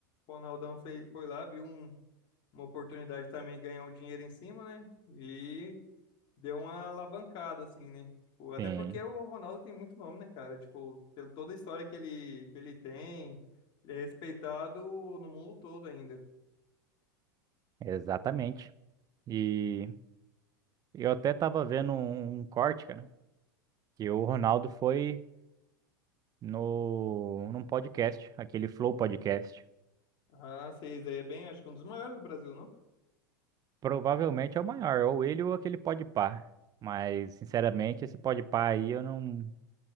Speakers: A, on the left (about 45°); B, on the right (about 35°).
A: Ronaldão foi, foi lá, viu um- uma oportunidade também de ganhar um dinheiro em cima, né? E deu uma alavancada, assim, né? Tipo, até
B: Sim,
A: porque o Ronaldo tem muito nome, né, cara? Tipo, pela toda a história que ele, que ele tem, ele é respeitado no mundo todo ainda.
B: exatamente. E eu até tava vendo um, um corte, cara, que o Ronaldo foi no, num podcast, aquele Flow Podcast.
A: Ah, sei, daí é bem, acho que um dos maiores do Brasil, não?
B: Provavelmente é o maior, ou ele ou aquele Podpah. Mas, sinceramente, esse Podpah aí eu não.